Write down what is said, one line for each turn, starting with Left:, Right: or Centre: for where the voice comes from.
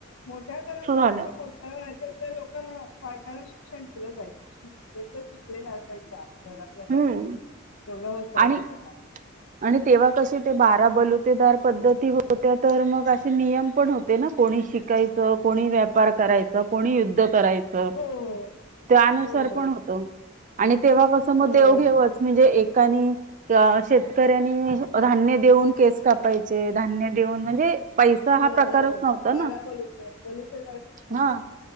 Left: मोठ्या घरांमध्ये
Right: झालं.
Left: ज्या मोठ्या लोकांना बायकांना शिक्षण दिलं जायचं शि व तर शिकलेल्या असायच्या घरातल्या घरात
Right: हम्म.
Left: तेवढं होसायचं
Right: आणि
Left: त्यानां
Right: आणि तेव्हा कसे ते बारा बलुतेदार पद्धती होत्या तर मग असे नियम पण होते ना कोण कोणी शिकायचं कोणी व्यापार करायच कोणी युद्ध करायचं
Left: हो हो
Right: त्यानुसार
Left: हो
Right: पण
Left: हो हो
Right: होत आणि तेव्हा कसं मग
Left: हो
Right: देव घेवच म्हणजे एक कणी शेतकरी शेतकऱ्यांनी धान्य देऊन केस कापायचे धान्य देऊन म्हणजे पैसा
Left: हो
Right: हा
Left: हो
Right: प्रकारच नव्हता
Left: बारा
Right: ना.
Left: बलूते बलूते काळ सिस्टीमते
Right: हा
Left: होती.